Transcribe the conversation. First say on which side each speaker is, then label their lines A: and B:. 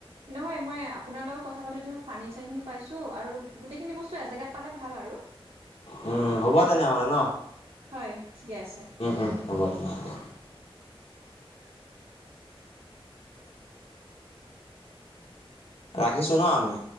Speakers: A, on the right; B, on the left.
A: নহয় মই আপোনাৰ লগত কথা পাতোতে ফাৰ্ণিচাৰখিনি পাইছোঁ আৰু গোটেইখিনি বস্তু এজেগাত পালে ভাল আৰু
B: উম হ'ব তেনেহ'লে ন
A: হয় ঠিকে আছে
B: উম উম হব দিয়া ৰাখিছোঁ ন আমি